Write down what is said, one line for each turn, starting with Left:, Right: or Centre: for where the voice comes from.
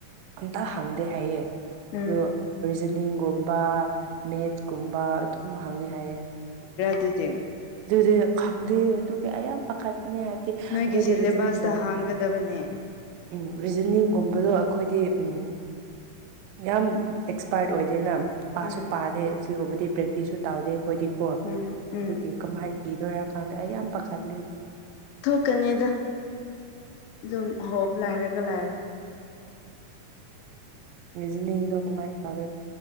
Right: ꯑꯝꯇ ꯍꯪꯗꯦ ꯍꯥꯏꯌꯦ
Left: ꯎꯝ
Right: ꯑꯣ ꯖꯅꯤꯡꯒꯨꯝꯕ ꯃꯦꯠꯀꯨꯝꯕ ꯑꯗꯨꯝ ꯍꯪꯉꯦ ꯍꯥꯏꯌꯦ
Left: ꯑꯗꯨꯇ
Right: ꯑꯗꯨꯗꯤ ꯈꯪꯗꯦ ꯑꯗꯨꯒꯤ ꯑ ꯌꯥꯝ ꯄꯥꯈꯠꯄꯅꯦ ꯍꯥꯏꯕꯗꯤ ꯑꯩꯈꯣꯏꯗꯤ
Left: ꯅꯣꯏꯒꯤ ꯁꯦꯂꯦꯕꯁꯇ
Right: ꯔꯤꯖꯅꯤꯡꯒꯨꯝꯕ
Left: ꯍꯥꯡꯒꯗꯕꯅꯦ
Right: ꯎꯝ ꯔꯤꯖꯅꯤꯡꯒꯨꯝꯕꯗꯣ ꯑꯩꯈꯣꯏꯗꯤ ꯎꯝ ꯌꯥꯝ ꯑꯦꯛꯁꯄꯥꯔꯠ ꯑꯣꯏꯗꯦ ꯅ ꯄꯥꯁꯨ
Left: ꯎꯝ
Right: ꯄꯥꯔꯦ ꯁꯤꯒꯨꯝꯕꯗꯤ ꯄ꯭ꯔꯦꯛꯇꯤꯁꯁꯨ ꯇꯥꯗꯦ ꯑꯩꯈꯣꯏꯗꯤꯀꯣ ꯑꯗꯨꯒꯤ
Left: ꯎꯝ ꯎꯝ
Right: ꯀꯃꯥꯏꯅ ꯏꯗꯣꯏꯔꯥ ꯈꯪꯗꯦ ꯑꯩ ꯌꯥꯝ ꯄꯥꯈꯠ
Left: ꯊꯣꯛꯀꯅꯤꯗ ꯑꯗꯨꯝ ꯍꯣꯕ ꯂꯔ ꯂꯥꯏꯅ
Right: <unintelligible> ꯣ ꯀꯃꯥꯏ ꯇꯧꯒ